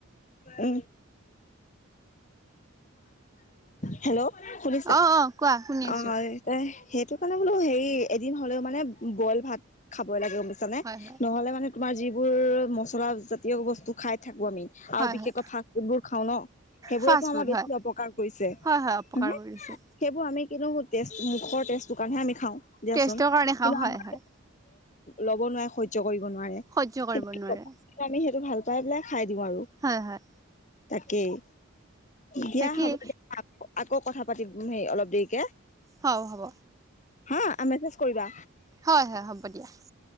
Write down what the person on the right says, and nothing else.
অ অ কোৱা শুনি
আছো
হয় হয়
হয়
হয়
ফাষ্ট
ফুড
হয়
হয় হয় অপকাৰ
কৰিছে
টেষ্টৰ কাৰণে খাওঁ
হয় হয়
সহ্য কৰিব
নোৱাৰে
হয় হয়।
তাকেই
হব হ'ব
হয় হয় হ'ব দিয়া